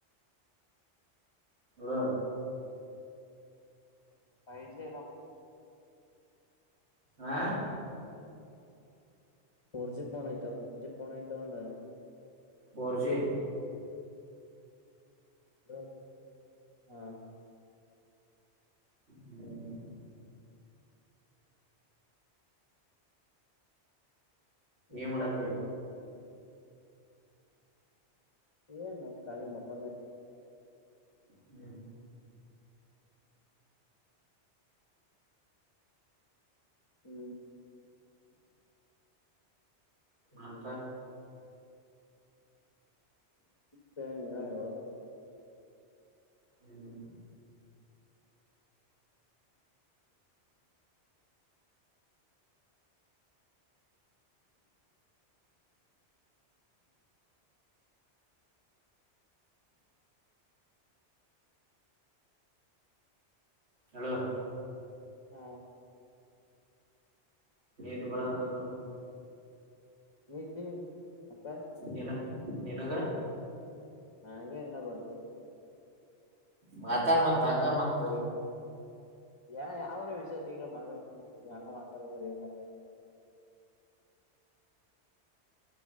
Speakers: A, on the right; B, on the left.
A: ಹ್ಮ
B: ಪೆದ ಬ
A: ಹಾ
B: ಫೋರ್ ಜಿ ೋನ್ ಐ್ತ ಫೈವ್ ಜಿಫೋನ್ ಐ್ತ ಒಂದ
A: ಫೋರ್ ಜಿ
B: ಅ ಹಾ
A: ಹ್ಮ್
B: ಇತ್ತ
A: ಮತ
B: ಏ ನ ಕಾಲ ಮಕ್
A: ಹ್ಮ್
B: ಹ್ಮ್
A: ಅಂತ
B: ಸೇ ನೀವ ಹೋಗ
A: ಹ್ಮ್ ಹಲ
B: ಹ್ಮ
A: ದು ಬರ ತ
B: ನಿ ದಿನ ಅಕ
A: ನಿನ ನಿನಗ
B: ನನಗೆ ಇಲ್ಲ ಬಂದಿಲ್ಲ
A: ಮಾತಾಡ ಮತ್ ಹಂಗ ಮತ್
B: ಏನ್ ಯಾವ್ದಾದರೋ ವಿಷಯತೆಲ್ಲ ಮಗ ಅಂಗ ಮಾತಾರಲ್ಲ ಮ
A: ಹ